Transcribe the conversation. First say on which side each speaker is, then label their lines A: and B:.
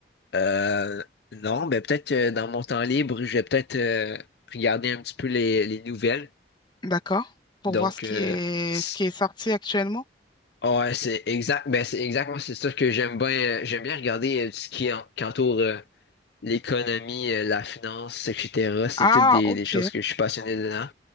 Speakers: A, on the left; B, on the left.
A: Euh, non, mais peut-être que dans mon temps libre, je vais peut-être euh, regarder un petit peu les, les nouvelles.
B: D'accord. Pour
A: Donc,
B: voir ce qui
A: euh,
B: est,
A: c-
B: ce qui est sorti actuellement.
A: ouais, c'est exact. Ben, c'est exactement, c'est sûr que j'aime bien, euh, j'aime bien regarder euh, tout ce qui est en- qui entoure euh, l'économie, euh, la finance, etc. C'est
B: Ah,
A: toutes des,
B: ok,
A: des choses que je suis passionné dedans.